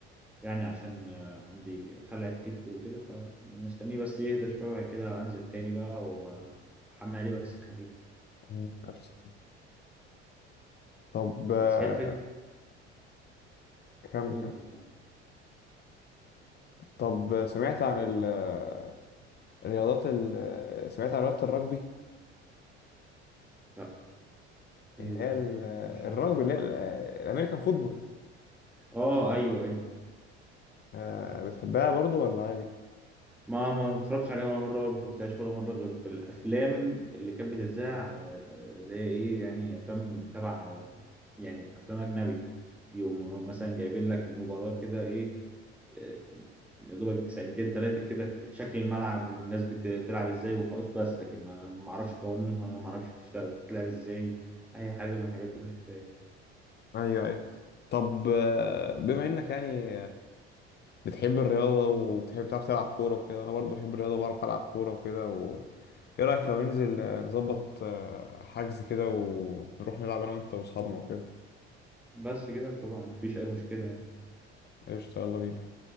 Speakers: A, in the centre; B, on the left (about 30°).
A: يعني عشان آه، عندي خلع في كتفي وكده فمستنيه بس يهدى شوية وبعد كده أنزل تاني بقى وأحمل عليه بس خفيف
B: مم. عارف سمع. طب آه،
A: بس هي الفكرة
B: كمل
A: قول
B: كمل
A: قول سامع
B: طب سمعت عن ال- آه، الرياضات ال- آه، سمعت عن رياضة الرجبي
A: لا إيه
B: اللي هي
A: رد
B: ال-
A: ممكن
B: آه،
A: يشرحها
B: الرجبي اللي هي ال- آه، الامريكان فوتبول
A: آه أيوه أيوه
B: آه، بتحبها برضو ولا عادي
A: ما ما اتفرجتش عليها ولا مرة ولا ما شفتهاش ولا مرة غير في الأفلام اللي كانت بتتذاع آه، آه، اللي هي إيه يعني أفلام تبع آه، يعني أفلام أجنبي يقوموا مثلا جايبين لك مباراة كده إيه آه، يا دوبك ثانيتين تلاتة كده شكل الملعب والناس بتلعب ازاي وخلاص بس لكن ما ما اعرفش قوانينها ما اعرفش بتشتغل بتتلعب ازاي اي حاجة من الحاجات دي ما شفتهاش
B: ايوه ايوه طب آه، بما انك يعني بتحب الرياضة وبتحب تعرف تلعب كورة وكده أنا برضو بحب الرياضة بعرف ألعب كورة وكده و... إيه رأيك لو ننزل آه، نظبط آه، حجز كده ونروح نلعب أنا وأنت وأصحابنا وكده
A: بس كده طبعا ما فيش اي مشكلة يعني
B: قشطة يلا بينا